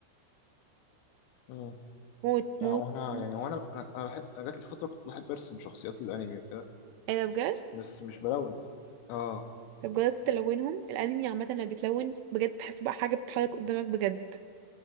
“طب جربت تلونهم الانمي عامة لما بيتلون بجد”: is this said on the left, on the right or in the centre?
Right